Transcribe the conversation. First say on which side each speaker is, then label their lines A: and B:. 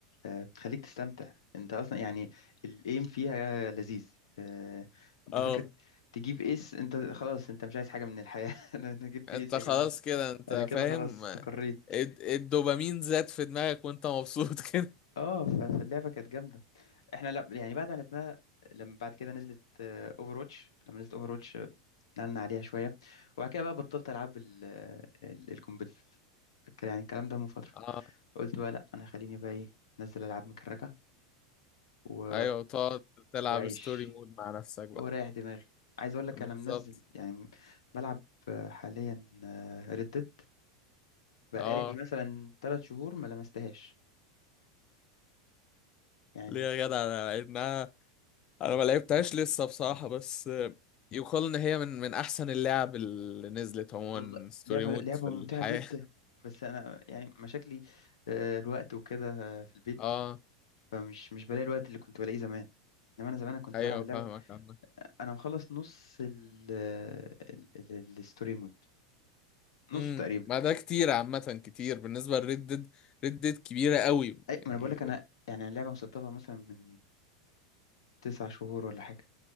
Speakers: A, on the left; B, on the left.
A: آه، بتخليك تستمتع انت اصلا يعني الايم فيها لذيذ آه، انت
B: اه
A: فكرة تجيب ايس انت خلاص انت مش عايز حاجة من الحياة <laughs> انا أنا جبت
B: انت
A: ايس يا
B: خلاص
A: جماعة
B: كده انت
A: انا كده
B: فاهم
A: خلاص استقريت
B: الد- الدوبامين زاد في دماغك وانت مبسوط <laughs> كده
A: اه ف- فاللعبة كانت جامدة احنا لا يعني بعد ما لعبناها لما بعد كده نزلت اوفر واتش لما نزلت اوفر نقلنا عليها شوية وبعد كده بقى بطلت ألعب ال ال- الكومبتيتيف فك- يعني الكلام ده من فترة
B: اه
A: قلت بقى لأ أنا خليني بقى إيه أنزل ألعاب مكركة و...
B: ايوه تقعد تلعب
A: وأعيش
B: ستوري مود مع نفسك بقى
A: وأريح دماغي عايز أقول لك
B: بالظبط
A: أنا منزل يعني بلعب حاليا ردد بقالي
B: اه
A: مثلا تلات شهور ما لمستهاش يعني
B: ليه يا جدع انا لعبناها انا ما لعبتهاش لسه بصراحة بس يقال ان هي من من احسن اللعب اللي نزلت عموما
A: والله
B: ستوري
A: لعبة
B: مود
A: لعبة
B: في
A: ممتعة
B: الحياة
A: جدا بس أنا يعني مشاكلي آه، الوقت وكده آه، في
B: <laughs>
A: البيت
B: اه
A: فمش مش بلاقي الوقت اللي كنت بلاقيه زمان انما انا زمان أنا كنت
B: ايوه
A: بلعب اللعبه
B: فاهمك عامة
A: انا مخلص نص ال ال- ال- الستوري مود نصه
B: امم
A: تقريبا
B: ما ده كتير عامة كتير بالنسبة لريد ديد ريد ديد كبيرة قوي
A: اي
B: يعني
A: ما انا بقول لك انا يعني اللعبه مسطبه مثلا من تسع شهور ولا حاجه